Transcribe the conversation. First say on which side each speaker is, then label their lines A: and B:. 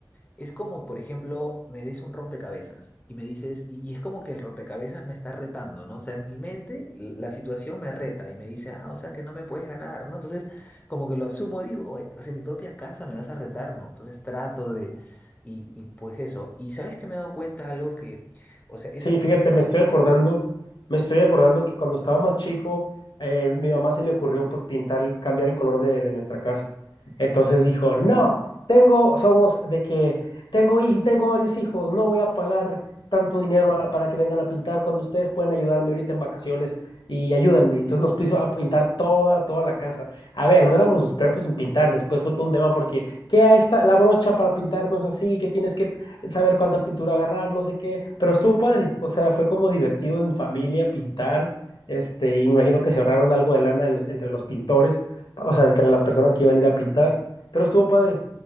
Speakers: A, on the left; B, on the left.
A: Es como, por ejemplo, me des un rompecabezas y me dices, y, y es como que el rompecabezas me está retando, ¿no? O sea, en mi mente l- la situación me reta y me dice, ah, o sea, que no me puedes ganar, ¿no? Entonces, como que lo asumo, digo, "Oye, o sea, en mi propia casa me vas a retar, ¿no? Entonces trato de, y, y pues eso. Y sabes que me he dado cuenta algo que, o sea, esa,
B: Sí, fíjate, me estoy acordando, me estoy acordando que cuando estaba más chico, eh, mi mamá se le ocurrió por pintar, cambiar el color de, de nuestra casa. Entonces dijo, no, tengo, somos de que tengo, hij- tengo varios hijos, no voy a pagar tanto dinero a- para que vengan a pintar cuando ustedes pueden ayudarme ahorita en vacaciones y ayúdenme. Entonces nos puso a pintar toda, toda la casa. A ver, no éramos expertos en pintar, después fue todo un tema porque, ¿qué a esta, la brocha para pintar no es así? qué tienes que saber cuánta pintura agarrar, no sé qué, pero estuvo padre, o sea, fue como divertido en familia pintar, este, y me imagino que se ahorraron algo de lana en los- entre los pintores, o sea, entre las personas que iban a ir a pintar, pero estuvo padre,